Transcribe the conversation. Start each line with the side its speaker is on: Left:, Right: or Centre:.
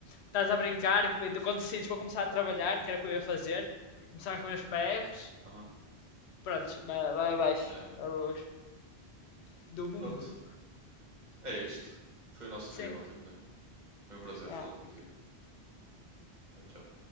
Left: estás a brincar, e quando decides vou começar a trabalhar, que era o que eu ia fazer, começar a comer os PRs,
Right: aham,
Left: pronto, vai, vai abaixo,
Right: yeah.
Left: a luz do mundo.
Right: Pronto, é isto. Foi o nosso
Left: Sim,
Right: dia ontem, Pedrinho. Foi um prazer
Left: é.
Right: falar contigo. Tchau, tchau.